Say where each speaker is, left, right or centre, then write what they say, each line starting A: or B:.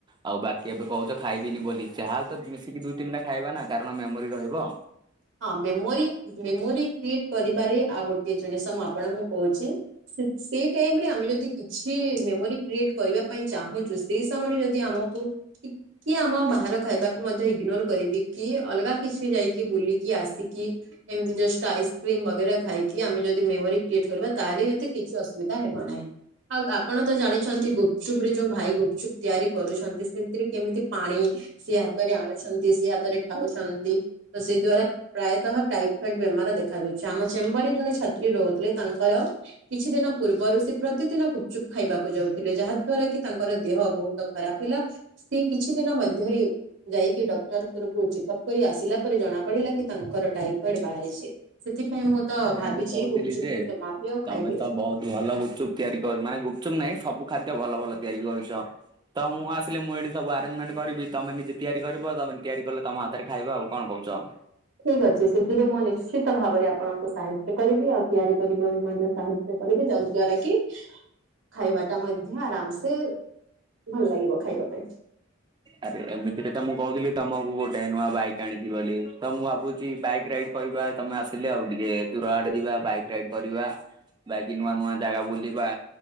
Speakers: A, on the right (about 20°); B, on the right (about 65°).
A: ଆଉ ବାକି ଏବେ କହୁଛ ଖାଇବିନି ବୋଲି ଚାହାେଲେ ତ ମିଶିକି ଦୁଇ, ତିନିଟା ଖାଇବା ନା କାରଣ ମେମୋରି ରହିବ।
B: ହଁ ମେମୋରି ମେମୋରି କ୍ରିଏଟ କରିବାରେ ଆଉ ଗୋଟେ ଜିନିଷ ମୁଁ ଆପଣଙ୍କୁ କହୁଛି। ସେ ସେଇ ଟାଇମ ରେ ଆମେ ଯଦି କିଛି ମେମୋରି କ୍ରିଏଟ କରିବା ପାଇଁ ଚାହୁଁଛୁ। ସେଇ ସମୟରେ ଯଦି ଆମକୁ ଟିକଏ ଆମ ବାହାର ଖାଇବାକୁ ମଧ୍ୟ ଇଗ୍ନୋର କରିବି। କି ଅଲଗା କିଛି ଯାଇକି ବୁଲିକି ଆସିକି ଏମିତି ଜଷ୍ଟ ଆଇସ୍କ୍ରିମ ବଗେରା ଖାଇକି ଆମେ ଯଦି ମେମୋରି କ୍ରିଏଟ କରିବା ତାହେଲେ ବି ଏତେ କିଛି ଅସୁବିଧା ହେବ ନାହିଁ। ଆଉ ଆପଣ ତ ଜାଣିଛନ୍ତି ଗୁପଚୁପ ରେ ଯୋଉ ଭାଇ ଗୁପଚୁପ ତିଆରି କରୁଛନ୍ତି ସେଥିରେ କେମିତି ପାଣି ସେ ହାତରେ ଆଣୁଛନ୍ତି ସେ ହାତରେ ଖାଉଛନ୍ତି ତ ସେଇ ଦ୍ଵାରା ପ୍ରାୟତଃ ଟାଇଫଏଡ ବେମାର ଦେଖାଯାଉଛି। ଆମ ଚେମ୍ବର ରେ ଜଣେ ଛାତ୍ରୀ ରହୁଥିଲେ ତାଙ୍କର କିଛି ଦିନ ପୂର୍ବରୁ ସେ ପ୍ରତିଦିନ ଗୁ ଚୁପ୍ ଖାଇବାକୁ ଯାଉଥିଲେ ଯାହା ଦ୍ଵାରା କି ତାଙ୍କର ଦେହ ବହୁତ ଖରାପ ହେଲା। ସେ କିଛି ଦିନ ମଧ୍ୟରେ ଯାଇକି ଡକ୍ଟର କୁରୁକୁ ଚେକଅପ୍ କରି ଆସିଲା ପରେ ଜଣା ପଡିଲା। ତାଙ୍କର ଟାଇଫଏଡ ବାହାରିଛି ସେଥିପାଇଁ ମୁଁ ତ
A: ଆରେ
B: ଭାବିଛି
A: ମୁଁ କହୁଥିଲି
B: ଗୁପୁଚୁପ
A: ଯେ
B: କୁ ଜମା ବି ଆଉ
A: ତମେ
B: ଖାଇବିନି।
A: ତ ବହୁତ ଭଲ ଗୁପୁଚୁପ ତିଆରି କରୁ ମାନେ ଗୁପଚୁପ୍ ନାହିଁ ସବୁ ଖାଦ୍ୟ ଭଲ ଭଲ ତିଆରି କରୁଛ। ତ ମୁଁ ଆସିଲି ମୁଁ ଏଠି ସୁ ଆରେଞ୍ଜମେଣ୍ଟ କରିବି ତମେ ନିଜେ ତିଆରି କରିବ ତମେ ତିଆରି କଲେ ତମ ହାତରେ ଖାଇବ ଆଉ କଣ କହୁଛ?
B: ଠିକ୍ ଅଛି ସେଥିରେ ମୁଁ ନିଶ୍ଚିତ ଭାବରେ ଆପଣଙ୍କୁ ସାହାଯ୍ୟ କରିବି ଆଉ। ତିଆରି କରିବାରୁ ମଧ୍ୟ ସାହାଯ୍ୟ କରିବେ ଯା ଦ୍ଵାରା କି ଖାଇବା ଟା ମଧ୍ୟ ଆରାମସେ ଭଲ ଲାଗିବ ଖାଇବା ପାଇଁ।
A: ଆରେ ଏମିତିରେ ତ ମୁଁ କହୁଥିଲି ତମକୁ ଗୋଟେ ନୂଆ ବାଇକ୍ ଆଣିଛି ବୋଲି ତ ମୁଁ ଭାବୁଛି ବାଇକ୍ ରାଇଡ କହିବା ତମେ ଆସିଲେ ଆଉ ଟିକେ ଦୂର ଆଡେ ଯିବା ବାଇକ ରାଇଡ କରିବା। ବାକି ନୂଆ ନୂଆ ଜାଗା ବୁଲିବା।